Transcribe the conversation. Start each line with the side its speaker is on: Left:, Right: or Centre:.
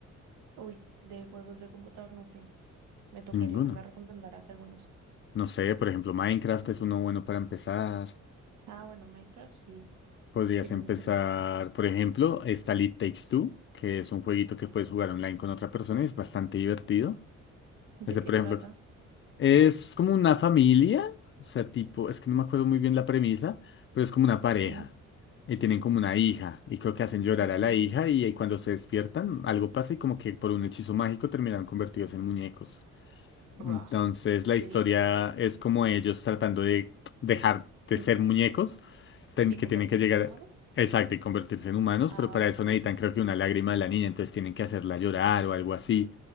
Right: Uy, de juegos de computador, no sé. Me tocaría
Left: Ninguno.
Right: que me recomendaras algunos.
Left: No sé, por ejemplo, Minecraft es uno bueno para empezar.
Right: Ah, bueno, Minecraft, sí,
Left: Podrías
Right: sí me
Left: empezar,
Right: gustaría.
Left: por ejemplo, está It Takes Two, que es un jueguito que puedes jugar online con otra persona y es bastante divertido.
Right: ¿De
Left: Ese,
Right: qué
Left: por
Right: trata?
Left: ejemplo, es como una familia, o sea, tipo, es que no me acuerdo muy bien la premisa, pero es como una pareja.
Right: Sí,
Left: Y tienen como una hija, y creo que hacen llorar
Right: ok.
Left: a la hija, y, ahí cuando se despiertan, algo pasa y como que por un hechizo mágico terminan convertidos en muñecos.
Right: Wow.
Left: Entonces la historia
Right: Qué loco.
Left: es como ellos tratando de dejar de
Right: ¿Y
Left: ser muñecos, ten-
Right: y
Left: que
Right: convertirse
Left: tienen que llegar,
Right: en humano?
Left: exacto, y convertirse en humanos,
Right: Ah,
Left: pero para
Right: ok.
Left: eso necesitan creo que una lágrima de la niña, entonces tienen que hacerla llorar o algo así.